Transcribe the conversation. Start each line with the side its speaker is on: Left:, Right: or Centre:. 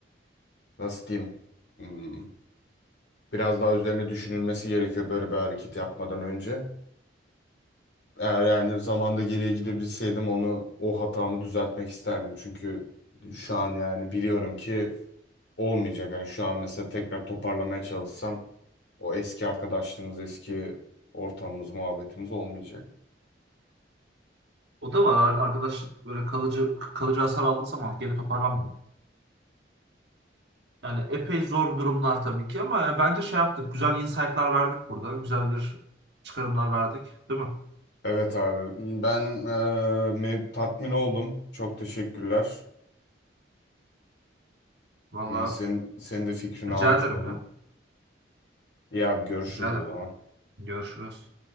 Left: e, nasıl diyeyim? Hmm, Biraz daha üzerine düşünülmesi gerekiyor böyle bir hareket yapmadan önce. Eğer yani zamanda geriye gidebilseydim onu o hatamı düzeltmek isterdim. Çünkü şu an yani biliyorum ki olmayacak. Yani şu an mesela tekrar toparlamaya çalışsam o eski arkadaşlığımız, eski ortamımız, muhabbetimiz olmayacak.
Right: O da var. Ar- Arkadaşlık böyle kalıcı kalıcı hasar aldığı zaman geri toparlanmıyor. Yani epey zor durumlar tabii ki ama e, bence şey yaptık. Güzel insight'lar verdik burada. Güzel bir çıkarımlar verdik. Değil mi?
Left: Evet abi ben eee, me- tatmin oldum. Çok teşekkürler.
Right: Valla
Left: E, Senin, senin de fikrini
Right: rica
Left: almış
Right: ederim
Left: oldum.
Right: ya.
Left: İyi abi görüşürüz
Right: Rica ederim.
Left: o zaman.
Right: Görüşürüz.